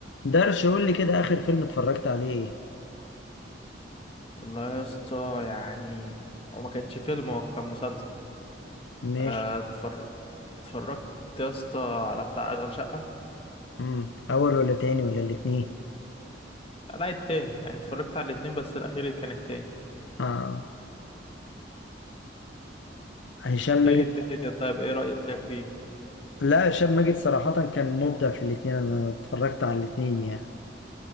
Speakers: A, on the left; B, on the left.
A: درش قول لي كده اخر فيلم اتفرجت عليه ايه
B: والله يا اسطى يعني هو ما كانش فيلم هو كان مسلسل
A: ماشي
B: آه، اتفر... اتفرجت يا اسطى على بتاع اشغال شقة
A: امم اول ولا تاني ولا الاتنين
B: آه، لا التاني يعني اتفرجت على الاتنين بس الاخير كان التاني
A: اه هشام ماجد
B: ايه الدنيا طيب ايه رأيك فيه
A: لا هشام ماجد صراحة كان مبدع في الاتنين انا اتفرجت على الاتنين يعني